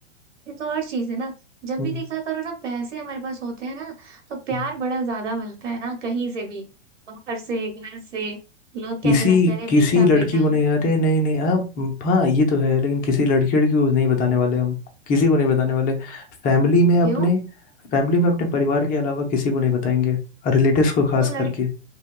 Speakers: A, on the right (about 85°); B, on the left (about 25°).
A: ये तो और चीज है ना जब
B: हम्म,
A: भी देखा करो ना पैसे हमारे पास होते हैं ना तो प्यार
B: हम्म।
A: बड़ा ज्यादा मिलता है ना कहीं से भी बाहर से घर से लोग कहने
B: किसी
A: लगते हैं अरे
B: किसी
A: बेटा
B: लड़की
A: बेटा
B: को नहीं अरे नहीं नहीं आप हाँ ये तो है लेकिन किसी लड़की लड़की को नहीं बताने वाले हम किसी को नहीं बताने वाले फैमिली में अपने
A: क्यों
B: फैमिली में अपने परिवार के अलावा किसी को नहीं बताएंगे और रिलेटिव्स को खास
A: तुम लड़
B: करके